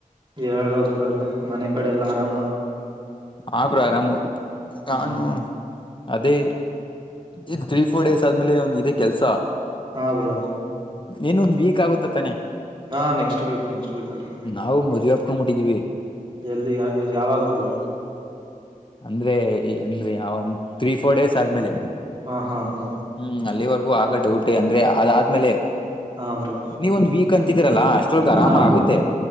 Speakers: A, on the right; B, on the left.
A: ಹೇಳ್ಬೇಕ್ ಬ್ರೋ ಎಲ್ಲಾ ಮನೆ ಕಡೆ ಎಲ್ಲ ಆರಾಮ.
B: ಹಾ ಬ್ರೋ ಆರಾಮು ನಾನು.
A: ಹ್ಮ
B: ಅದೇ ಇ ತ್ರೀ ಫೋರ್ ಡೇಸ್ ಆದ್ಮೇಲೆ ಒಂದ್ ಇದೇ ಕೆಲ್ಸ.
A: ಹಾ ಬ್ರೋ
B: ಏನೊಂದಂದು ವೀಕ್ ಆಗುತ್ತ ತಾನೆ
A: ಹಾ ನೆಕ್ಸ್ಟ್ ವೀಕ್ ನೆಕ್ಸ್ಟ್ ವಕ್ ಅಲ್ಲಿ
B: ನಾವು ಮದ್ ಬಾಪ್ಕೊಂಡ್ ಮುಿಟ್ಟಿದೀವಿ
A: ಎಲ್ಲಿ ಯಾವಾಗಬ್ರು
B: ಅಂದ್ರೆ ಅಂದ್ರೆ ಯ ಒಂದ ತ್ರೀ ಫೋರ್ ಡೇಸ್ ಆದ್ಮೇಲೆ
A: ಹಾ ಹಾ ಹಾ
B: ಹ್ಮ್ ಅಲ್ಲಿವರೆಗೂ ಆಗ ುಟೆ ಅಂದ್ರೆ ಅದಾದ್ಮೇಲೆ
A: ಹಾ ಬ್ರೋ
B: ನೀವ ಒಂದ್ ವೀಕ್ ಅಂತಿದೀರಲ್ಲಾ ಅಷ್ಟೊಳಗ ಆರಾಮ
A: ಹಾ
B: ಆಗುತ್ತೆ